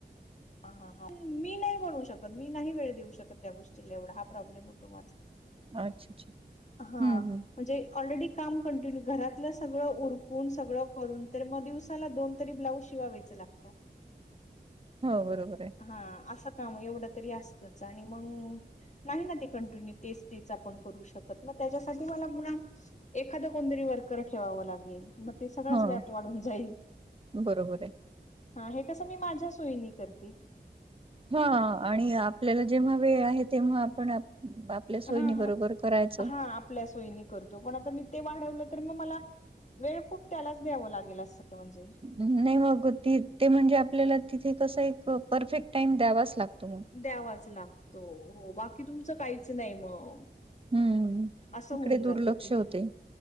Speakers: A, on the left (about 40°); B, on the right (about 30°).
A: ह ह ह मी नाही बनू शकत मी नाही वेळ देऊ शकत त्या गोष्टीला एवढा हा प्रॉब्लेम होतो माझा
B: अच्छा अच्छा
A: हा
B: हम्म हम्म
A: म्हणजे ऑलरेडी काम कंटिन्यू घरातलं सगळं उरकून सगळं करून तर मग दिवसाला दोन तरी ब्लाउ शिवावायच लागत
B: हो बरोबर आहे
A: हा असं काम एवढं तरी असतच आणि मग नाही ना ते कंटिन्यू तेच तेच आपण करू शकतो मग त्याच्यासाठी मला पु एखादं कोणतरी वर्कर ठेवावं लागेल मग ते सगळाच
B: हो
A: व्याप वाढून जाईल
B: बरोबर आहे.
A: हा हे कसं मी माझ्या सोयीनी करते
B: हा आणि आपल्याला जेव्हा वेळ आहे तेव्हा आपण आपल्या सोयनी
A: हा
B: बरोबर
A: ह
B: करायचं.
A: हा आपल्या सोयनी करतो पण आता मी ते वाढवलं तर मग मला वेळ खूप त्यालाच द्यावं लागेल असं म्हणजे
B: नाही मग त ते म्हणजे आपल्याला तिथे कस एक परफेक्ट टाइम द्यावाच लागतो मग
A: द्यावाच लागतो हो बाकी तुमचं काहीच नाही मग
B: हम्म
A: असं
B: इकडे
A: होऊन जातं
B: दुर्लक्ष
A: ते
B: होते